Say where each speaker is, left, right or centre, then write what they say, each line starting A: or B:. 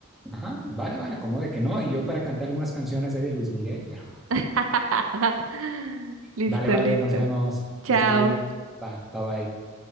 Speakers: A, in the centre; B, on the right (about 70°).
A: Ajá, vale, vale, como de que no. Y yo para cantar algunas canciones ahí de Luis Miguel, pero
B: <laughs> Listo,
A: vale, vale,
B: listo.
A: nos vemos.
B: Chao.
A: Que estés bien. Va, bye bye.